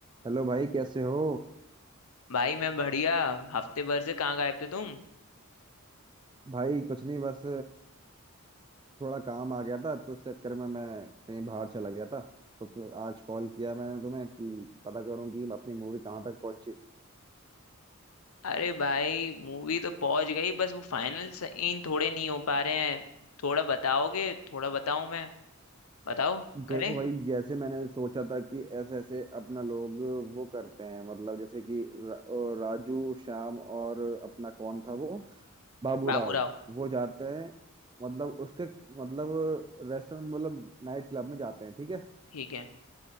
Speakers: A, on the right; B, on the left.
A: Hello भाई कैसे हो
B: भाई मैं बढ़िया हफ्ते भर से कहाँ गायब थे तुम
A: भाई कुछ नहीं बस थोड़ा काम आ गया था तो उस चक्कर में मैं कहीं बाहर चला गया था तो फिर आज कॉल किया मैंने तुम्हें कि पता करूं कि अपनी मूवी कहाँ तक पहुंची
B: अरे भाई मूवी तो पहुंच गई बस वो फाइनल सीन थोड़े नहीं हो पा रहे हैं थोड़ा बताओगे थोड़ा बताऊं मैं बताओ करें
A: देखो भाई जैसे मैंने सोचा था कि ऐसे ऐसे अपना लोग वो करते हैं मतलब जैसे कि र- अ, राजू श्याम और अपना कौन था वो बाबूराव
B: बाबू राव
A: वो जाते हैं मतलब उसके मतलब रेस्टोरेंट मतलब नाइट क्लब में जाते हैं ठीक है
B: ठीक है